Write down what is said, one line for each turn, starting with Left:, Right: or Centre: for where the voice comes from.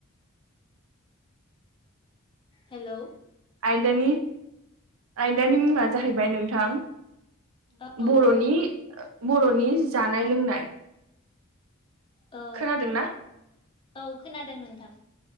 Left: हेलौ।
Right: आयदानि आयदानि मुङा जाहैबाय नोंथां।
Left: औ
Right: बर'नि
Left: औ
Right: बर'नि जानाय लोंनाय।
Left: औ
Right: खोनादोंना
Left: औ खोनादों नोंथां।